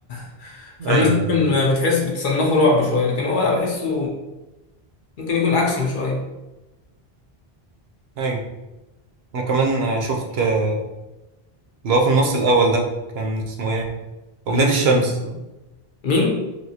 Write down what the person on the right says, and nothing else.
ايوه
ايوه انا كمان شفت آه، اللي هو في النص الاول ده كان اسمه ايه؟ ولاد
الشمس